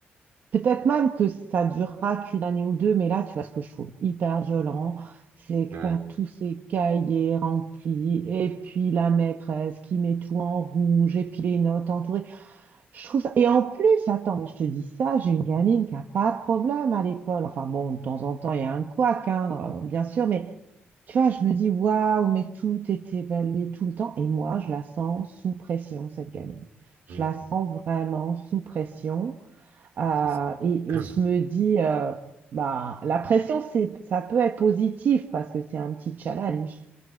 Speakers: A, on the right; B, on the right.
A: Peut-être même que ça durera qu'une année ou deux, mais là, tu vois, ce que je trouve hyper violent, c'est que
B: Ouais.
A: tu as tous ces cahiers remplis, et puis la maîtresse qui met tout en rouge, et puis les notes entourées. Je trouve ça... Et en plus, attends, mais je te dis ça, j'ai une gamine qui a pas de problème à l'école. Enfin bon, de temps en temps, il y a un couac, hein, euh, bien sûr, mais tu vois, je me dis, waouh, mais tout est évalué tout le temps, et moi, je la sens sous pression, cette gamine. Je
B: Mm.
A: la sens vraiment sous pression. Euh,
B: C'est ça.
A: et,
B: <clears throat>
A: et je me dis, euh, bah, la pression, c'est, ça peut être positif parce que c'est un petit challenge.